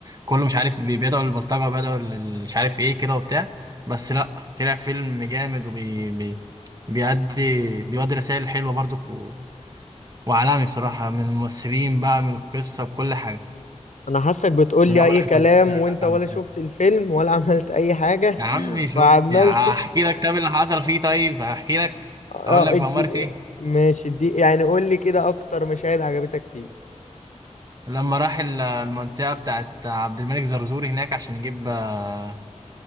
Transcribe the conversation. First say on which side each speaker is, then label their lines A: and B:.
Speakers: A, on the right (about 30°); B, on the left (about 75°).
A: كله مش عارف بي- بيدعوا للبلطجة بيدعوا لل- مش عارف ايه كده وبتاع بس لا طلع فيلم جامد وبي بي... بيأدي بيودي رسائل حلوة برضك و... وعالمي بصراحة من الممثلين بقى من القصة بكل حاجة
B: انا حاسك بتقول
A: من
B: لي
A: اول
B: اي
A: احمد
B: كلام
A: السقا
B: وانت ولا شفت الفيلم ولا <laughs> عملت اي حاجة
A: يا عمي
B: <laughs>
A: شفت
B: وعملت
A: هحكي لك طب اللي حصل فيه طيب هحكي لك
B: اه
A: اقول
B: اه،
A: لك
B: ادي
A: بأمارة ايه
B: ماشي ادي يعني قول لي كده اكتر مشاهد عجبتك فيه
A: لما راح ال- المنطقة بتاعت عبد الملك زرزور هناك عشان يجيب آه،